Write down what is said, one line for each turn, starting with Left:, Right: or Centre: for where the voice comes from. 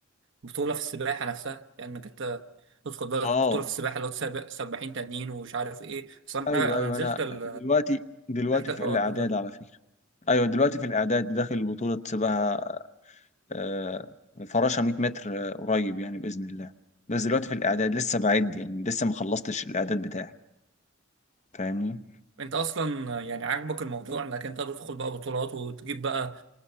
Right: بطولة في السباحة نفسها يعني انك انت تدخل بقى
Left: اه
Right: بطولة في السباحة اللي هو تسابق سباحين تانيين ومش عارف ايه اصل
Left: ايوه
Right: انا انا
Left: ايوه
Right: نزلت
Left: انا
Right: ال...
Left: دلوقتي دلوقتي
Right: نزلت الحوار
Left: في الاعداد
Right: ده
Left: على فكره ايوه دلوقتي في الاعداد داخل بطوله سباحه آه، فراشه 100 متر آه، قريب يعني باذن الله بس دلوقتي في الاعداد لسه بعد يعني لسه ما خلصتش الاعداد بتاعي فاهمني
Right: انت اصلا يعني عاجبك الموضوع انك انت تدخل بقى بطولات وتجيب بقى